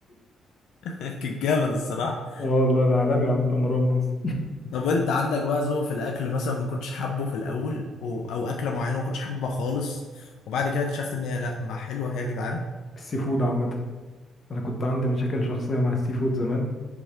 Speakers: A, on the left (about 80°); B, on the left (about 40°).
A: <laughs> كان جامد الصراحه
B: اه والله انا عالمي عامة مروان موسى
A: طب انت عندك بقى ذوق في الاكل مثلا ما كنتش حابه في الاول و... او اكله معينه ما كنتش حابها خالص وبعد كده اكتشفت ان هي لا ما حلوه هي يا جدعان
B: السي فود عامة انا كنت عندي مشاكل شخصية مع السي فود زمان